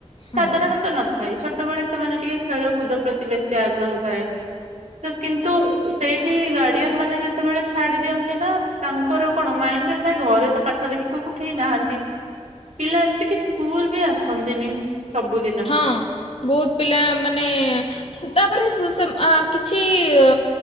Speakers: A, on the right; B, on the left.
A: ସାଧାରଣତଃ
B: ହଁ।
A: ନଥାଏ, ଛୋଟବେଳେ ସେମାନେ ଟିକିଏ ଖେଳକୁଦ ପ୍ରତି ବେଶୀ ଆଗ୍ରହ ଥାଏ। ତ କିନ୍ତୁ, ସେଇଠି ଗାର୍ଡିଆନ୍ ମାନେ ଯେତେବେଳେ ଛାଡି ଦିଅନ୍ତି ନା ତାଙ୍କର କଣ ମାଇଣ୍ଡରେ ଥାଏ, ଘରେ ତ ପାଠ ଦେଖିବାକୁ କେହି ନାହାନ୍ତି। ପିଲା ଏମିତି କି ସ୍କୁଲ ବି ଆସନ୍ତିନି। ସବୁ
B: ହଁ ବହୁତ ପିଲା ମାନେ ତାପରେ, ସେମା କିଛି ଅ